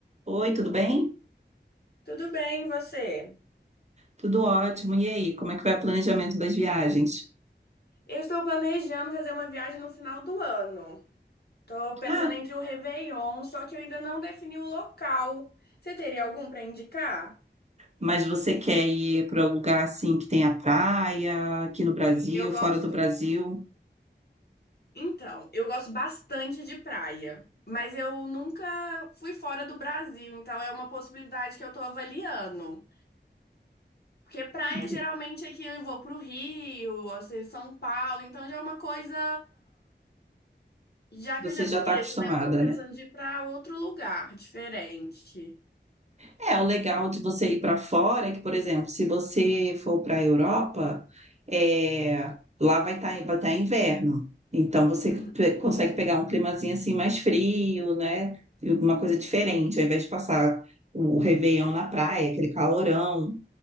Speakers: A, on the right; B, on the left.
A: Oi, tudo bem?
B: Tudo bem, e você?
A: Tudo ótimo. E aí, como é que vai o planejamento das viagens?
B: Eu estou planejando fazer uma viagem no final do ano. Estou pensando
A: Ah,
B: entre o Réveillon, só que eu ainda não defini o local. Você teria algum para indicar?
A: mas você quer ir para um lugar assim que tenha praia, aqui no Brasil,
B: Sim, eu gosto.
A: fora do Brasil?
B: Então, eu gosto bastante de praia, mas eu nunca fui fora do Brasil, então é uma possibilidade que eu estou avaliando. Porque praia
A: Entendi.
B: geralmente aqui eu vou para o Rio, ou seja, São Paulo, então já é uma coisa Já
A: Você
B: que eu já
A: já
B: conheço,
A: está acostumada,
B: né? Eu tô pensando
A: né?
B: de ir pra outro lugar diferente.
A: É, o legal de você ir para fora é que, por exemplo, se você for para a Europa, é, lá vai estar vai tá inverno. Então você
B: Uhum.
A: pe- consegue pegar um climazinho assim mais frio, né? E alguma coisa diferente, ao invés de passar o Réveillon na praia, aquele calorão.